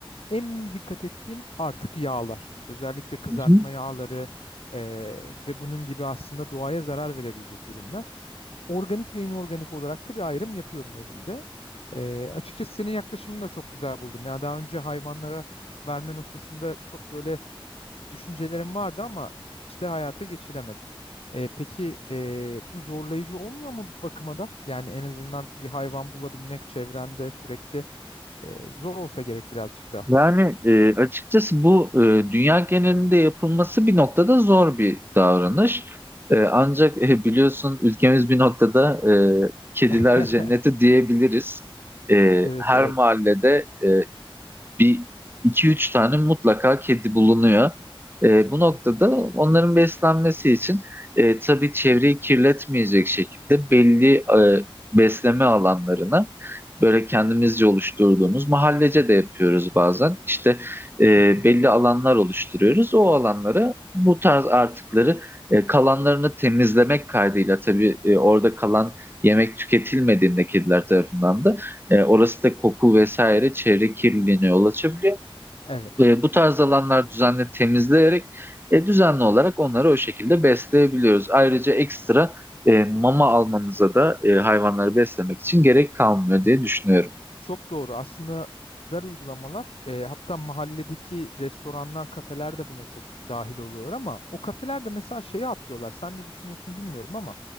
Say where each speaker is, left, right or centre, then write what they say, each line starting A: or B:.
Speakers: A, on the left (about 85°); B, on the right (about 25°).
A: en dikkat ettiğim artık yağlar. Özellikle kızartma
B: Hı hı.
A: yağları eee, ve bunun gibi aslında doğaya zarar verebilecek ürünler. Organik ve inorganik olarak da bir ayrım yapıyorum evimde. Eee, açıkçası senin yaklaşımını da çok güzel buldum. Yani daha önce hayvanlara verme noktasında çok böyle düşüncelerim vardı ama hiç de hayata geçiremedim. Eee, peki eee, bu zorlayıcı olmuyor mu bir bakıma da? Yani en azından bir hayvan bulabilmek çevrende sürekli eee, zor olsa gerek birazcık daha.
B: Yani e, açıkçası bu e, dünya genelinde yapılması bir noktada zor bir davranış. E, ancak e, biliyorsun ülkemiz bir noktada e, kediler
A: <laughs>
B: cenneti diyebiliriz. E,
A: Evet
B: her
A: evet.
B: mahallede e, bir iki üç tane mutlaka kedi bulunuyor. E, bu noktada
A: Hı hı,
B: onların beslenmesi için e, tabii çevreyi kirletmeyecek şekilde belli e, besleme alanlarına böyle kendimizce oluşturduğumuz mahallece de yapıyoruz bazen. İşte e,
A: hı hı.
B: belli alanlar oluşturuyoruz. O alanlara bu tarz artıkları e, kalanlarını temizlemek kaydıyla tabii e, orada kalan yemek tüketilmediğinde kediler tarafından da e, orası da koku vesaire çevre kirliliğine yol açabiliyor.
A: Evet.
B: E, bu tarz alanlar düzenli temizleyerek e, düzenli olarak onları o şekilde besleyebiliyoruz. Ayrıca ekstra e, mama almamıza da e, hayvanları beslemek için gerek kalmıyor diye düşünüyorum.
A: Çok doğru. Aslında güzel uygulamalar. E, hatta mahalledeki restoranlar, kafeler de buna çok dahil oluyorlar ama o kafeler de mesela şeye atlıyorlar. Sen ne düşünüyorsun bilmiyorum ama